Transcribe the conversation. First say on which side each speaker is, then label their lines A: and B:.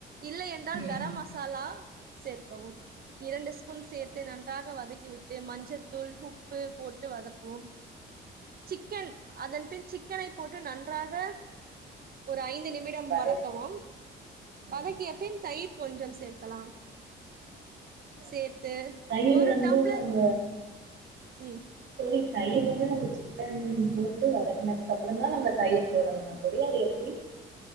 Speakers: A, on the right; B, on the right.
A: இல்லை என்றால்
B: ம்
A: கரம் மசாலா சேர்க்கவும்
B: சரி
A: இரண்டு ஸ்பூன் சேர்த்து
B: சரிங்க
A: நன்
B: தோழி
A: வதக்கி விட்டு மஞ்சத்தூள் உப்பு போட்டு வதக்குவோம் சிக்கன்
B: ம்
A: அதன்
B: தோழி
A: பின் சிக்கனை போட்டு நன் ன்றாக ஒரு ஐந்து நிமிட் டம்
B: வதக்கி
A: வதக்கவும்
B: ம்
A: வதக்கியப்பின் தயிர் கொஞ்சம் சேர்க்கலாம்
B: சரிங்க
A: சேர்த்து
B: தோழி. தயிர்
A: ஒரு
B: வந்து
A: டம்ளர்
B: நம்ம
A: உம்
B: வ்வ தயிர் வந்து நம்ம சிக்கன் போட்டு வதக்குனதுக்கு அப்புறம் தா நம்ம தயிர் போடணும்மா தோழி அது எப்டி